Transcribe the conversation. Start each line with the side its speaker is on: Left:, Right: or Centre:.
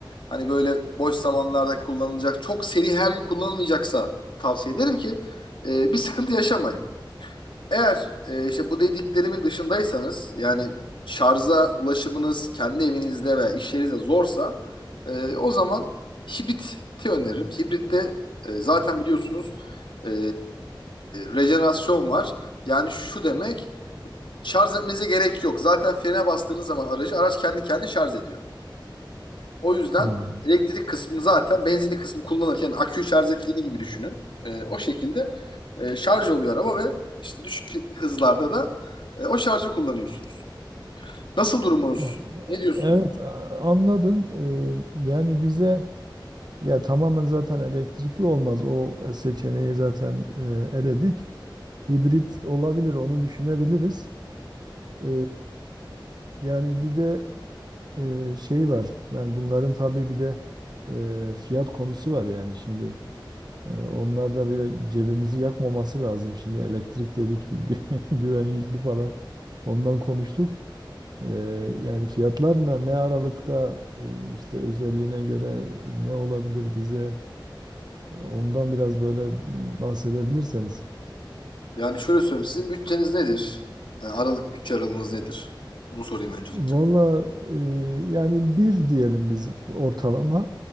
Left: hani böyle boş zamanlarda kullanılacak, çok seri her gün kullanılmayacaksa tavsiye ederim ki e, bir sıkıntı yaşamayın. Eğer e, işte bu dediklerimin dışındaysanız yani şarja ulaşımınız kendi evinizde veya iş yerinizde zorsa e, o zaman hibriti öneririm. Hibritte e, zaten biliyorsunuz e, rejenerasyon var. Yani şu demek şarj etmenize gerek yok. Zaten frene bastığınız zaman aracı araç kendi kendine şarj ediyor. O yüzden
Right: Hmm.
Left: elektrik kısmını zaten benzinli kısmı kullanırken aküyü şarj ettiğini gibi düşünün. E, o şekilde e, şarj oluyor araba ve işte düşük hızlarda da e, o şarjı kullanıyorsunuz. Nasıl durumunuz?
Right: Ha,
Left: Ne diyorsunuz?
Right: Evet a- anladım. Ee, yani bize ya tamamen zaten elektrikli olmaz. O seçeneği zaten e, eledik. Hibrit olabilir onu düşünebiliriz. Ee, yani bir de e, şey var. Ben bunların tabii bir de e, fiyat konusu var yani şimdi. E, onlar da bile cebimizi yakmaması lazım. Şimdi elektrik dedik <laughs> gü- güvenlikli falan. Ondan konuştuk. Eee, yani fiyatlarla ne aralıkta eee, işte özelliğine göre ne olabilir bize ondan biraz böyle bahsedebilirseniz.
Left: Yani şöyle söyleyeyim sizin bütçeniz nedir? Yani aralık bütçe aralığınız nedir? Onu sorayım öncelikle.
Right: Valla eee, yani bir diyelim biz ortalama